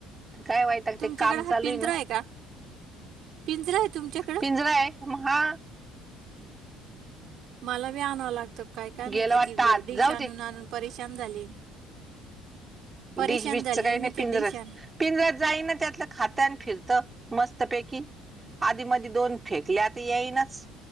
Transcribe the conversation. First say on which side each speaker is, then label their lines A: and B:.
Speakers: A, on the right (about 20°); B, on the right (about 60°).
A: काय वा
B: तुमच्याकडे
A: ते काम चालू
B: हा पिंजरा
A: ए ना...
B: आहे का पिंजरा आहे तुमच्याकडं
A: पिंजरा ए... मग हा...
B: मला बी आणावं लागतं काय... काय माहिती...
A: गेला वाटतं
B: ती
A: आत
B: डिश
A: जाऊ दे
B: आणून आणून परेशान झाली मी परेशान
A: डिश बिशचं
B: झाली
A: काय
B: मी
A: नाई...
B: ते
A: पिंजराच
B: डिशान
A: पिंजरात जाईना... त्यातलं खातं... आणि फिरतं मस्तपैकी आधी मधी दोन फेकले... आता येईनाच